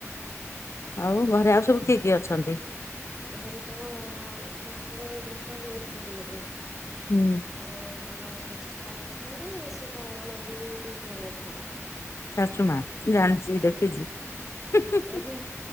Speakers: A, on the left (about 55°); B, in the centre.
A: ଆଉ ଘରେ ଆଉ ସବୁ କିଏ କିଏ ଅଛନ୍ତି
B: ଘରେ ତ ଶଶୁର ଏଇ ବର୍ଷ ଡେଥ୍ କରିଗଲେ
A: ହୁଁ
B: ଆଉ ମୋ ଶାଶୁ ମା ଅଛନ୍ତି ସେ ତ ଅଙ୍ଗନବାଡ଼ିରେ ଟିଚର୍ ଅଛନ୍ତି
A: ଶାଶୁ ମା ମୁଁ ଜାଣିଛି
B: ଆଜ୍ଞା
A: ଦେଖିଛି ହୁଁ ହୁ
B: ଆଜ୍ଞା